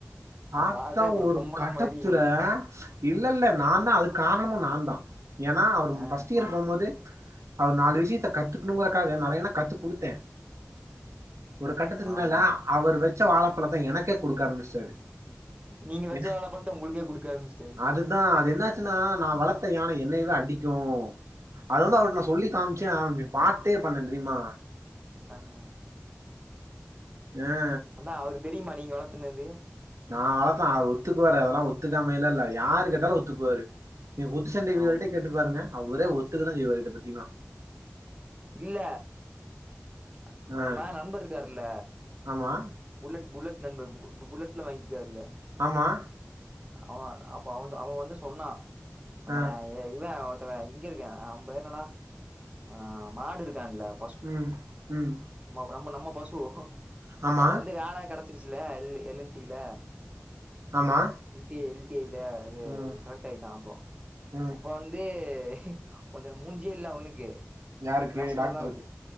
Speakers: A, on the right; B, on the right.
A: ஆத்தா
B: வாழத்தே
A: ஒரு
B: கொம்பனா
A: கட்டத்துல
B: மாரி
A: இல்லல்ல நாந்தா அதுக்கு காரணமு நாந்தா ஏனா அவரும்
B: ஆ
A: ஃபஸ்ட் இயர் போமோதே அவர் நாலு விஷியத்த கத்துக்கணுங்கறக்காக நெறையன்ன கத்து குடுத்தே ஒரு கட்டத்துக்கு
B: ஆமா
A: மேல அவரு வெச்ச வாழப்பழத்த எனக்கே குடுக்க ஆரம்பிஷ்டாரு
B: நீங்க வச்ச
A: என்ன
B: வாழப்பழத்த உங்களுக்கே குடுக்க ஆரம்பிச்சுட்டாரு
A: அதுதா அது என்னாச்சுன்னா நா வள த்து யான என்னைய்வே அடிக்கு அது வந்து அவர்க்கு நா
B: ம்
A: சொல்லி காம்ச் ஏ ஆவுங்க பாத்தே பண்ணே தெரியுமா
B: டன்
A: யா
B: அவ்ரு தெரிமா நீங்க வளத்துனது
A: நா வளத்த அத ஒத்துக்குவாரு அதெல்லா ஒத்துக்காமெய்ல்லா இல்ல யாரு கேட்டாலு ஒத்துக்வாரு நீ குத்து செண்டை வீவரிட்ட
B: ஆம்
A: கேட்டு பாருங்க அவரே ஒத்துக்கன செய்வார் இத பத்தினா
B: இல்ல அன் நம்ம
A: ஆ
B: நம்ம நண்பருக்காருல
A: ஆமா
B: புல்லட் புல்லட் நண்ப பு புல்லட்ல வாங்கிருக்காருல்ல
A: ஆமா
B: அவ அப்ப அவன்ஜா அவன் வந்து சொன்னா நம்ம
A: ஆ
B: யெ யெ இவெ ஒருத்தவ இங்க இருக்க அம் பேர்னடா ஆ மாடு இருக்கான்லப்
A: ம் ம்
B: மாவ் நம்ம நம்ம பசு
A: ஆமா
B: அவ் வந்து வேல கடச்சிருச்சுலே எல்லு எல் என் டில
A: ஆமா
B: இல்ட் எ எல்ட்டியேல அது
A: ம்
B: செலக்ட் ஆய்ட்டா அப்போ
A: ம்
B: அப்பா வந்து எ கொஞ்சன மூஞ்சியே இல்ல அவனுக்கு
A: யாருக்கு
B: க்ளாஸ்லல்லாயா
A: டாக்டருக்கு